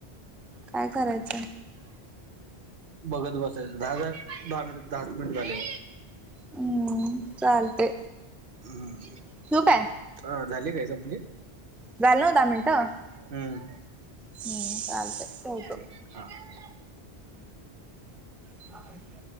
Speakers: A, in the centre; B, on the right.
A: काय करायचं!
B: बघत बसायचं दहा दहा मिन दहा मिनिट झाले.
A: हम्म चालते.
B: हम्
A: ठेवू काय
B: अ झाले काय संपले
A: झाले दहा मिनटं -
B: हम्म
A: हम्म चालतय ठेवतो.
B: ते हां
A: <inaudible>